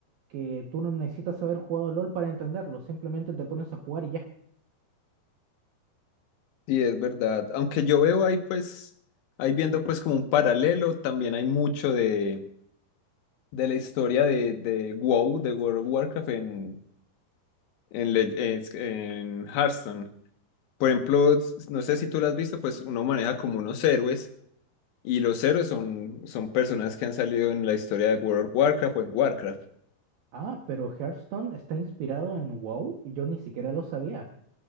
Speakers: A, on the right; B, on the left.
A: que tú no necesitas haber jugado LOL para entenderlo, simplemente te pones a jugar y ya.
B: Sí, es verdad. Aunque yo veo ahí pues, ahí viendo pues como un paralelo, también hay mucho de, de la historia de, de WoW, de World of Warcraft en, en, Le- es- en Hearthstone. Por ejemplo, s- no sé si tú lo has visto, pues uno maneja como unos héroes y los héroes son, son personas que han salido en la historia de World of Warcraft o en Warcraft.
A: Ah, pero Hearthstone está inspirado en WoW. Yo ni siquiera lo sabía.